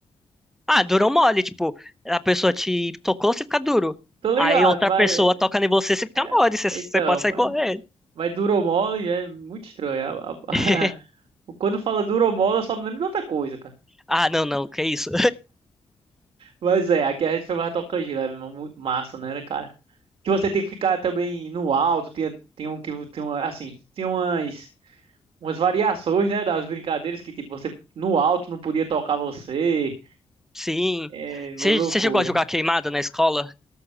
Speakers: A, in the centre; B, on the right (about 80°).
A: Ah, dura ou mole, tipo, a pessoa te tocou, você fica duro.
B: Tô ligado,
A: Aí outra
B: mas.
A: pessoa toca em você, você fica
B: É,
A: mole, você, você
B: então,
A: pode sair
B: mas,
A: correndo.
B: mas duromol é muito estranho. A- a-
A: <laughs>
B: <laughs> Quando fala duromol, eu só me lembro de outra coisa, cara.
A: Ah, não, não, que isso.
B: Mas é, aqui a gente foi mais tocante, né? Mu- Massa, né, cara? Que você tem que ficar também no alto, tem, tem um que tem uma, assim, tem umas umas variações, né, das brincadeiras que tipo você no alto não podia tocar você.
A: Sim.
B: É
A: Você
B: uma loucura.
A: você chegou a jogar queimada na escola?